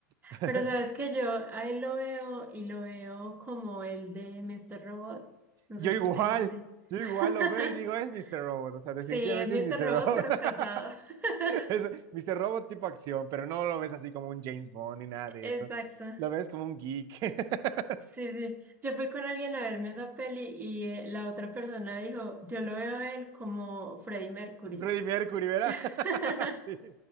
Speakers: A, on the right; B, on the right.
A: <laughs>
B: Pero sabes que yo ahí lo veo y lo veo como el de Mr. Robot. No
A: Yo
B: sé
A: igual,
B: si te viste.
A: yo igual
B: <laughs>
A: lo veo y digo, es Mr. Robot, o sea, definitivamente
B: Sí, es Mr.
A: es Mr.
B: Robot,
A: Robot.
B: pero
A: <laughs>
B: casado. <laughs>
A: Es Mr. Robot tipo acción, pero no lo ves así como un James Bond ni nada de
B: Exacto.
A: eso. Lo ves como un geek. <laughs>
B: Sí, sí. Yo fui con alguien a verme esa peli y eh, la otra persona dijo, yo lo veo a él como Freddie Mercury.
A: Freddie Mercury, ¿verdad?
B: <laughs>
A: <laughs> Sí.